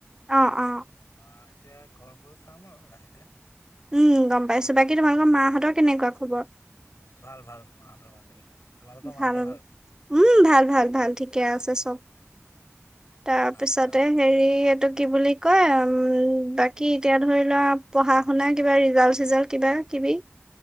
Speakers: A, on the right; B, on the left.
A: অ অ
B: তাৰপৰা এতিয়া ঘৰ গৈ খাম আৰু লাহেকে।
A: উম গম পাইছো বাকী তোমালোকৰ মাহঁতৰ কেনেকুৱা? খবৰ?
B: ভাল ভাল মাহতৰ ভালেই। তোমালোকৰ
A: ভাল,
B: মাহঁতৰ
A: উম ভাল ভাল ভাল ঠিকে আছে চব। তাৰ
B: আচ্ছা
A: পিছতে হেৰি এইটো কি বুলি কয় উম বাকী এতিয়া ধৰি লোৱা পঢ়া -শুনা কিবা ৰিজাল্ট চিজালট কিবা কিবি